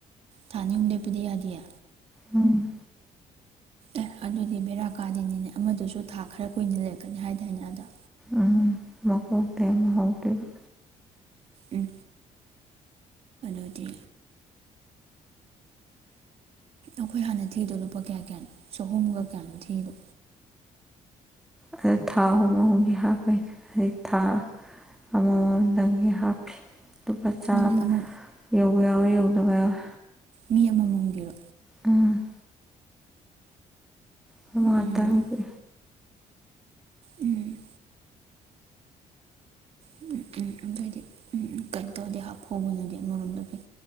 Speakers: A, on the right (about 50°); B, in the centre.
A: ꯊꯥ ꯑꯅꯤ ꯍꯨꯝ ꯂꯦꯞꯄꯗꯤ ꯌꯥꯗꯤꯌꯦ
B: ꯎꯝ
A: ꯑꯦ ꯑꯗꯨꯗꯤ ꯕꯦꯔꯥꯛ ꯀꯥꯗꯦꯅꯤꯅꯦ ꯑꯃꯗꯨꯖꯨ ꯊꯥ ꯈꯔ ꯀꯨꯏꯅ ꯂꯩꯔꯛꯀꯅꯤ ꯍꯥꯏꯗꯥꯏꯅꯦ ꯑꯥꯗ
B: ꯎꯝ ꯃꯀꯣꯛꯇꯩ ꯑꯃꯨꯛ ꯍꯧꯗꯣꯏꯕ
A: ꯎꯝ ꯑꯗꯨꯗꯤ ꯑꯈꯣꯏ ꯍꯥꯟꯅ ꯊꯤꯗꯣ ꯂꯨꯄꯥ ꯀꯌꯥ ꯀꯌꯥꯅꯣ ꯆꯍꯨꯝꯒ ꯀꯌꯥꯅꯣ ꯊꯤꯗꯣ
B: ꯑꯗꯨ ꯊꯥ ꯑꯍꯨꯝ ꯑꯍꯨꯝꯒꯤ ꯍꯥꯞꯄꯩꯅꯦ ꯍꯧꯖꯤꯛ ꯊꯥ ꯑꯃꯃꯝ ꯗꯪꯒꯤ ꯍꯥꯞꯄꯤ ꯂꯨꯄꯥ ꯆꯥꯝ
A: ꯅꯣꯏ ꯑꯃ
B: ꯌꯧꯕ ꯌꯥꯎꯏ ꯌꯧꯗꯕ ꯌꯥꯎꯏ
A: ꯃꯤ ꯑꯃꯃꯝꯒꯤꯔꯣ
B: ꯎꯝ ꯈꯣꯏ ꯃꯉꯥ
A: ꯎꯝ
B: ꯇꯔꯨꯛ ꯀꯤ
A: ꯎꯝ ꯎꯝ ꯎꯝ ꯑꯗꯨꯑꯣꯏꯗꯤ ꯎꯝ ꯀꯩꯅ ꯇꯧꯔꯗꯤ ꯍꯥꯞꯍꯧꯕꯅꯗꯤ ꯑꯃꯔꯣꯝꯗ ꯐꯩ